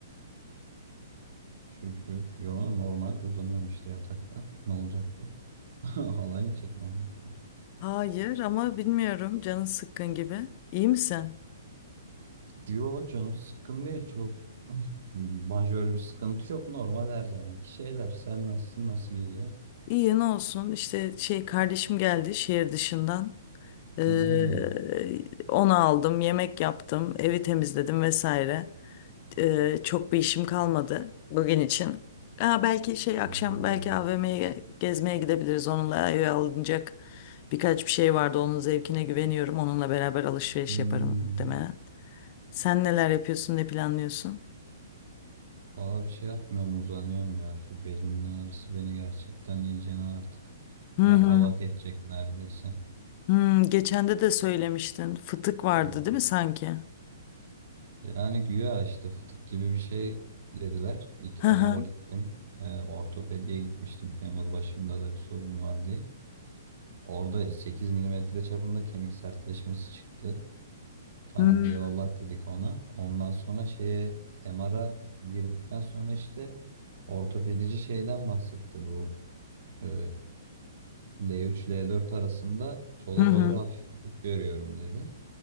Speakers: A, on the right (about 65°); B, on the left (about 40°).
A: Şükür. Yo normal uzanıyorum işte yatakta. Ne olacaktı? <laughs> Halay mı çekmem gerekiyordu?
B: Hayır ama bilmiyorum canın sıkkın gibi. İyi misin?
A: Yo canım sıkkın değil çok. <laughs> Majör bir sıkıntı yok. Normal her zamanki şeyler. Sen nasılsın? Nasıl gidiyor?
B: İyi ne olsun işte şey kardeşim geldi şehir dışından. Ee,
A: Hmm.
B: onu aldım yemek yaptım evi temizledim vesaire. Ee, çok bir işim kalmadı bugün için. Aa, belki şey
A: Hmm.
B: akşam belki AVM'ye gezmeye gidebiliriz. Onunla eve alınacak birkaç bir şey vardı. Onun zevkine güveniyorum. Onunla beraber alışveriş
A: Hmm.
B: yaparım muhtemelen. Sen neler yapıyorsun, ne planlıyorsun?
A: Valla bir şey yapmıyorum uzanıyorum ya. Şu belimin ağrısı beni gerçekten iyicene artık
B: Hı
A: yatalak
B: hı.
A: edecek neredeyse.
B: Hı, geçen de de söylemiştin. Fıtık vardı
A: Hmm.
B: değil mi sanki?
A: Yani güya işte fıtık gibi bir şey dediler. İlk
B: Hı
A: MR'a
B: hı.
A: gittim. Ee, ortopediye gitmiştim. Femur başımda da bir sorun var diye. Orada 8 milimetre çapında kemik sertleşmesi çıktı. Tamam
B: Hı hı.
A: eyvallah dedik ona. Ondan sonra şeye MR'a girdikten sonra işte ortopedici şeyden bahsetti bu. eee, L3 L4 arasında sola
B: Hı hı.
A: doğru hafif fıtık görüyorum dedi.